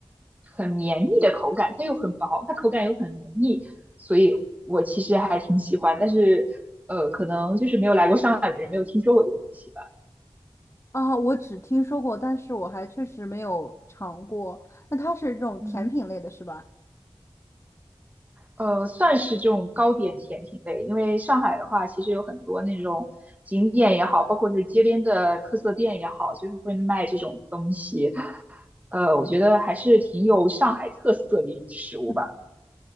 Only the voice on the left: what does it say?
啊，我只听说过，但是我还确实没有尝过。那它是这种甜品类的，
是吧？
嗯